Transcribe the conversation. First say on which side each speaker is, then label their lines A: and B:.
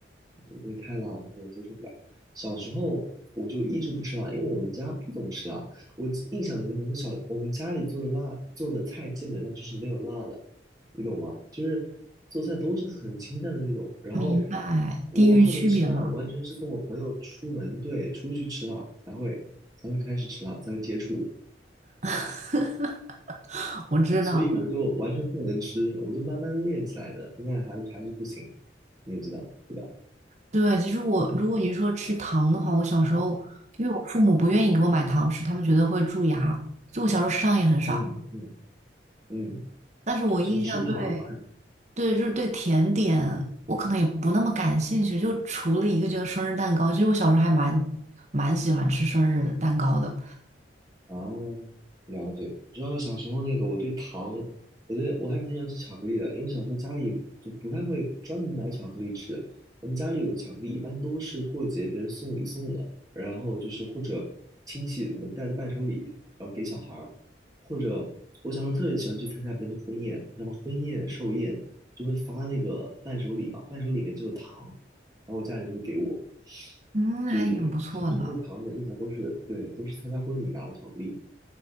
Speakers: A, on the right (about 20°); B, on the right (about 40°).
A: 这东西太辣了，感觉接受不了。小时候我就一直不吃辣，因为我们家不怎么吃辣。我记印象里面，我们小我们家里做的辣做的菜基本上就是没有辣的，你懂吗？就是做菜都是很清淡的那种。然后
B: 明白，
A: 我后面吃辣，
B: 地域区别嘛。
A: 完全是跟我朋友出门，对，出去吃辣才会才会开始吃辣，才会接触。
B: <laughs> 我知道。
A: 所以我就完全不能吃，我就慢慢练起来的，现在还还是不行，你也知道，对吧？
B: 对，其实我如果你说吃糖的话，我小时候因为我父母不愿意给我买糖吃，他们觉得会蛀牙，就我小时候吃糖也很少。
A: 嗯嗯嗯，
B: 但是我印象对，
A: 小吃糖，哎
B: 对，就是对甜点，我可能也不那么感兴趣。就除了一个，就是生日蛋糕，其实我小时候还蛮蛮喜欢吃生日蛋糕的，
A: 啊，了解。你知道小时候那个，我对糖，我对我还挺喜欢吃巧克力的，因为小时候家里就不太会专门买巧克力吃。我们家里有的巧克力一般都是过节别人送礼送的，然后就是或者亲戚什么带的伴手礼，然后给小孩儿，或者我小时候特别喜欢去参加别人的婚宴，你知道吗？婚宴寿宴就会发那个伴手礼嘛，伴手礼里面就有糖，然后我家里就会给我，
B: 嗯，
A: 所以小时候对糖的印象都是对，
B: 还挺不错的。
A: 都是参加婚礼拿的巧克力。